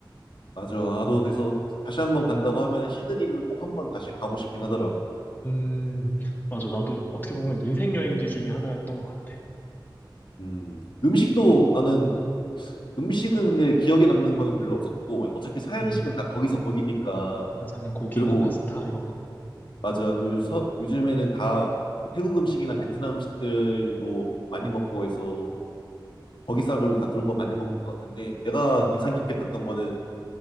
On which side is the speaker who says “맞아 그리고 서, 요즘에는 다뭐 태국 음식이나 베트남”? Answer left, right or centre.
Left